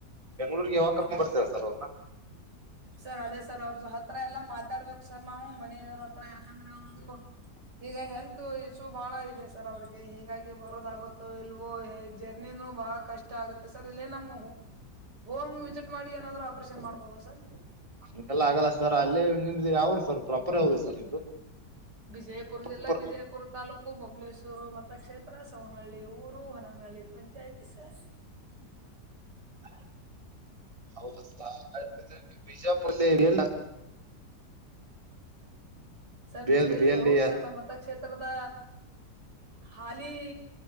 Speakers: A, on the right; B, on the right.
A: ಬೆಂಗಳೂರ್ಗ ಯಾವಾಗ ಕರ್ಕೊಂಡ
B: ಹಲ್
A: ಬರ್ತರ ಸರ್ ಅವ್ರ್ನ.
B: ಸರ್ ಅದೇ ಸರ್ ಅವ್ರದ ಹತ್ರ ಎಲ್ಲಾ ಮಾತಾಡ್ಬೇಕು ಸರ್ ನಾವು ಮನೆಯವ್ರ ಹತ್ರ ಯಾಕಂದ್ರ ಅವ ಹ್ಮ ಈಗ ಹೆಲ್ ತು ಇಸು ಬಾಳ ಇದೆ ಸರ್ ಅವ್ರಿಗೆ ಹೀಗಾಗಿ ಬರೋದಾಗುತ್ತೋ ಇಲ್ವೋ ಜರ್ನಿನು ಬಹಳ ಕಷ್ಟ ಷ್ ಆಗತ್ತೆ ಸರ್ ಇಲ್ಲ ನಮ್ಮ ಹೋಮ್ ವಿಸಿಟ್ ಮಾಡಿ ಏನಾದ್ರು ಆಪರೇಷನ್ ಮಾಡ್ಬೋದಾ ಸರ್.
A: ಹಂಗೆಲ್ಲ ಆಗಲ್ಲ ಸರ್ ಅಲ್ಲೇ ನಿಮ್ದ ಯಾವ್ರು ಸರ್ ಪ್ರಾಪರ್ ಯಾವ್ದ ಸರ್ ನಿಮ್ದು.
B: ಬಿಜಯಪುರ ಜಿಲ್ಲಾ
A: ಪ್ರಾಪರ್
B: ಬಿಜಯಪುರ ತಾಲೂ ಹ ಬೊಬ್ಬಲೇಶ್ವರ ಮತ್ತ ಕ್ಷೇತ್ರ ಸವನಹಳ್ಳಿ ಊರು Honaganahalli panchayat sir.
A: <unintelligible>
B: Sir B
A: L
B: ಎಲ್ದಿ
A: ಎಲ್
B: ಹೌದ
A: ಡಿ
B: ಸರ್ ನಮ್ಮತ್ತಕ್ಷೇ ತ್ತರದ ಹಾಲಿ